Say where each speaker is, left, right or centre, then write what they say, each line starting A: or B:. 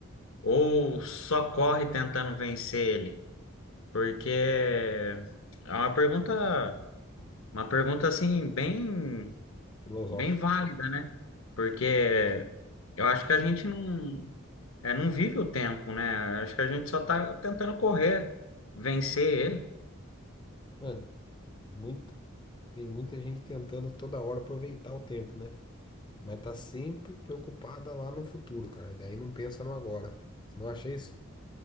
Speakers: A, on the left (about 70°); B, on the left (about 20°).
A: Ou só corre tentando vencer ele? Porque é uma pergunta, uma pergunta assim bem,
B: Filosófico.
A: bem válida, né? Porque eu acho que a gente não, é, não vive o tempo, né? Acho que a gente só está tentando correr, vencer
B: Mano, muita, tem muita gente tentando toda hora aproveitar o tempo, né? Mas tá sempre preocupada lá no futuro, cara. Daí não pensa no agora. Você não acha isso?